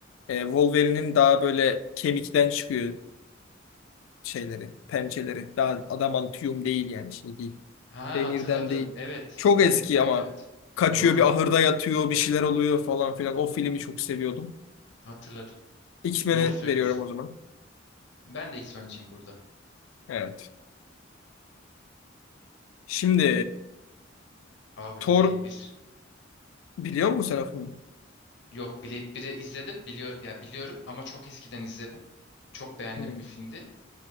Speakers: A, on the left (about 85°); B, on the left (about 65°).
A: Ee, Wolverine'in daha böyle kemikten çıkıyor şeyleri, pençeleri. Daha adamantium değil yani şey değil.
B: Ha
A: Demirden
B: hatırladım.
A: değil.
B: Evet,
A: Çok
B: evet,
A: eski
B: evet,
A: ama
B: evet.
A: kaçıyor
B: Doğru.
A: bir ahırda yatıyor bir şeyler oluyor falan filan. O filmi çok seviyordum.
B: Hatırladım.
A: X-Men'e
B: Doğru söylüyorsun.
A: veriyorum o zaman.
B: Ben de X-Men'ciyim burada.
A: Evet. Şimdi
B: Abi
A: Thor
B: Blade bir
A: biliyor musun sen o filmi?
B: Yok Blade biri izledim. Biliyor, yani biliyorum ama çok eskiden izledim. Çok beğendiğim
A: Hmm.
B: bir filmdi.